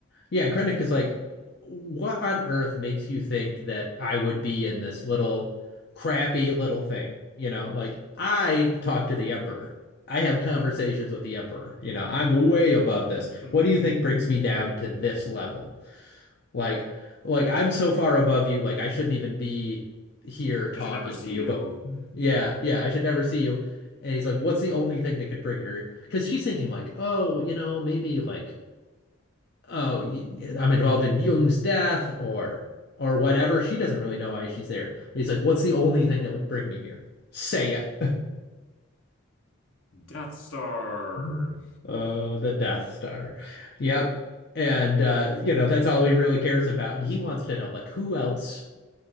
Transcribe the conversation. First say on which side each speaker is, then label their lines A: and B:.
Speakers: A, on the left; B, on the left.
A: yeah, Krennic is like, what on earth makes you think that I would be in this little crappy little thing? You know, like I talk to the emperor. I have conversations with the emperor. You know, I'm way above this.
B: <laughs> I
A: What do you think brings me down to this level? Like, like I'm so far above you, like I shouldn't even be here talking
B: should never see
A: to you.
B: you.
A: But yeah,
B: <laughs>
A: yeah, I should never see you. And he's like, what's the only thing that could bring her? Because she's thinking like, oh, you know, maybe like, oh, y- I'm involved in Jung's death or or whatever. She doesn't really know why she's there. But he's like, what's the only thing that would bring me here? Say it.
B: Death Star.
A: <laughs> Oh, the Death Star. Yep. And uh, you know, that's all he really cares about. And he wants to know like who else